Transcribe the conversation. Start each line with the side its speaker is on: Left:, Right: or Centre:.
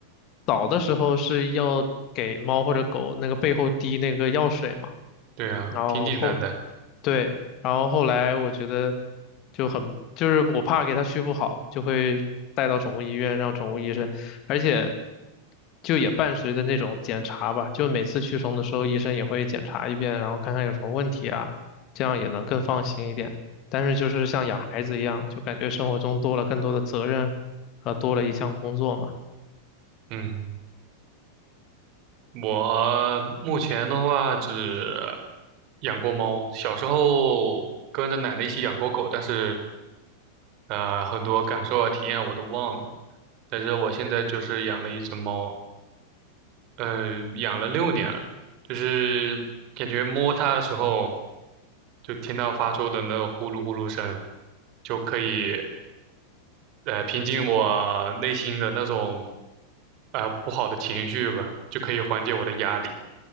Left: 早的时候是要给猫或者狗那个背后滴那个药水嘛，
Right: 对啊，
Left: 然后后
Right: 挺简单的。
Left: 对，然后后来我觉得就很，就是我怕给它续不好，就会带到宠物医院让宠物医生，而且就也伴随着那种检查吧，就每次驱虫的时候，医生也会检查一遍，然后看看有什么问题啊，这样也能更放心一点。但是就是像养孩子一样，就感觉生活中多了更多的责任，和多了一项工作嘛，
Right: 嗯，我目前的话只养过猫，小时候跟着奶奶一起养过狗，但是呃，很多感受啊、体验啊我都忘了。但是我现在就是养了一只猫，嗯，养了六年了，就是感觉摸它的时候，就听到发出的那个呼噜呼噜声，就可以。呃平静我内心的那种啊呃不好的情绪吧，就可以缓解我的压力。